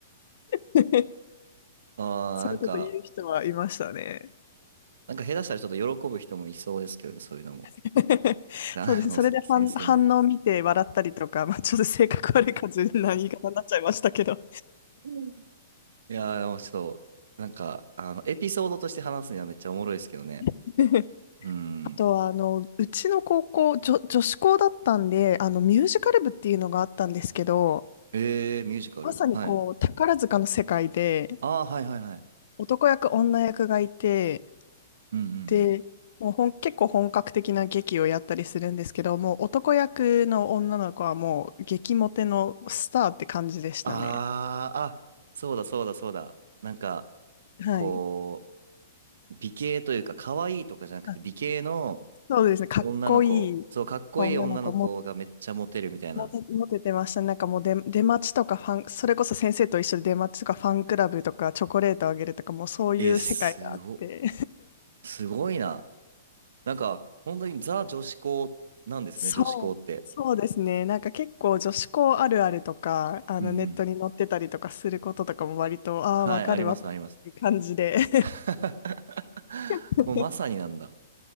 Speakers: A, on the left (about 60°); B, on the right (about 75°).
A: <laughs>
B: ああ、
A: そういうこと言う人はいましたね。
B: なんか、なんか下手したらちょっと喜ぶ人もいそうですけどね、そういうのも。
A: <laughs>
B: だあの、
A: そうです。それで反、
B: せ <laughs> 先生によっては
A: 反応を見て笑ったりとか、まあ、ちょっと性格悪い感じな言い方になっちゃいましたけど。
B: うんいやー、でもちょっと、なんか、あの、エピソードとして話すにはめっちゃおもろいですけどね。
A: <laughs>
B: うん。
A: あとは、あの、うちの高校、女、女子校だったんで、あの、ミュージカル部っていうのがあったんですけど、
B: えー、ミュージカル。
A: まさにこう、
B: はい。
A: 宝塚の世界で、
B: ああ、はいはいはい。
A: 男役、女役がいて、
B: うんうんうん。
A: で、もう本結構本格的な劇をやったりするんですけど、もう男役の女の子はもう激モテのスターって感じでしたね。
B: ああ、あ、そうだそうだそうだ。なんか、
A: はい。
B: こう、美形というか、可愛いとかじゃなくて、
A: あ、
B: 美形の
A: そうですね。かっこいい女の子も、
B: 女の子、そう、かっこいい女の子がめっちゃモテるみたいな。
A: モテ、モテてましたね。なんかもう出、出待ちとかファン、それこそ先生と一緒に出待ちとかファンクラブとかチョコレートあげるとか、もうそういう世界があって。
B: えー、すご、すごいな。なんか、本当にザ女子校なんですね、
A: そう、
B: 女子校って。
A: そうですね。なんか結構女子校あるあるとか、あのネットに載ってたりとかすることとかも割と、
B: うん
A: ああ、
B: はい、
A: わかるわかるっていう感じで。
B: あります、あります。<laughs>
A: <laughs>
B: もうまさになんだ。